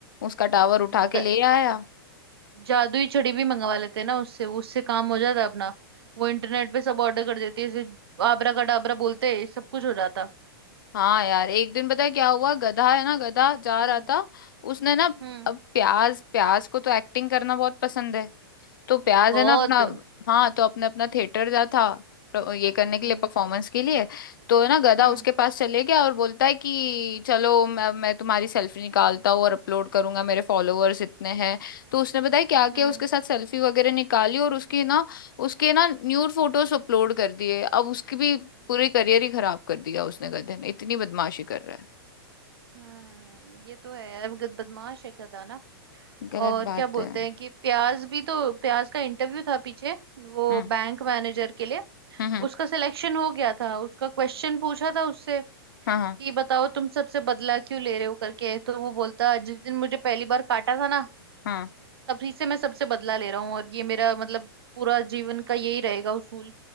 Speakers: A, on the left; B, on the right.
A: उसका टावर उठा के
B: द-
A: ले आया
B: जादुई छड़ी भी मंगवा लेते हैं ना उससे उससे काम हो जाता अपना वो इंटरनेट पे सब ऑर्डर कर देती है जैसे आबरा कडाबरा बोलते सब कुछ हो जाता
A: हाँ यार एक दिन पता है क्या हुआ गधा है ना गधा जा
B: हम्म
A: रहा था उसने ना
B: हम्म
A: अब प्याज प्याज को तो एक्टिंग करना बहुत पसंद है तो प्याज
B: बहुत
A: है ना अपना हाँ तो अपने अपना थिएटर जा था प्र- ये करने के
B: हम्म
A: लिए परफॉर्मेंस के लिए तो है ना गधा
B: हम्म
A: उसके पास चले गया और बोलता है कि चलो मैं मैं तुम्हारी सेल्फी निकालता हूँ और अपलोड करूंगा मेरे फॉलोअर्स इतने हैं तो उसने बताया क्या किया
B: हम्म
A: उसके साथ सेल्फी वगैरह निकाली और उसकी ना उसके ना न्यूड फोटोज अपलोड कर दिए अब उसकी भी पूरी करियर ही खराब कर दिया उसने गधे ने इतनी बदमाशी कर रहा है
B: हम्म, ये तो है अब बदमाश है गधा ना
A: गलत
B: और
A: बात
B: क्या बोलते
A: है हम्म
B: हैं कि प्याज भी तो प्याज का इंटरव्यू था पीछे वो
A: हम्म
B: बैंक मैनेजर के लिए
A: हम्म,
B: उसका सिलेक्शन हो गया था उसका क्वेश्चन पूछा था उससे
A: हाँ
B: कि
A: हाँ
B: बताओ तुम सबसे बदला क्यों ले रहे हो करके तो वो बोलता जिस दिन मुझे पहली बार काटा था ना
A: हाँ
B: तभी से मैं सबसे बदला ले रहा हूँ और ये मेरा मतलब पूरा जीवन का यही रहेगा उसूल